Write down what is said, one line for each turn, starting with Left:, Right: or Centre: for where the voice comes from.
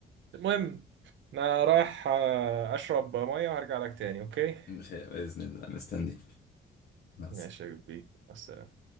Right: المهم انا رايح آه، اشرب ميه وهرجع لك تاني اوكي
Left: بخير بإذن الله مستنيك مع السلامة
Right: ماشي يا كبير بس